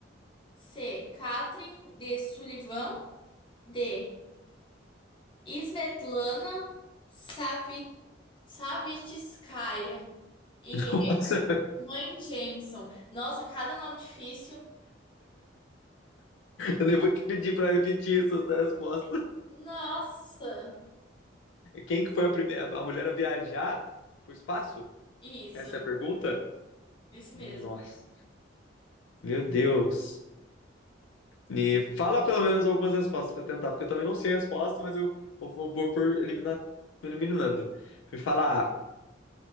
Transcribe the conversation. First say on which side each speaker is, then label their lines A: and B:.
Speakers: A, on the left; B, on the left.
A: C. Catherine de Sullivan. D. Svetlana Savi- Savitskaya e
B: <laughs> Nossa,
A: mãe Jameson. Nossa, cada nome difícil.
B: eu nem vou te pedir para repetir essas respostas.
A: Nossa,
B: Quem que foi a primeira a mulher a viajar pro espaço?
A: isso,
B: Essa é a pergunta?
A: isso
B: Nossa,
A: mesmo.
B: meu Deus. E fala pelo menos algumas respostas pra eu tentar, porque eu também não sei a resposta, mas eu vou, vou- vou por eliminar, eliminando. Me fala A.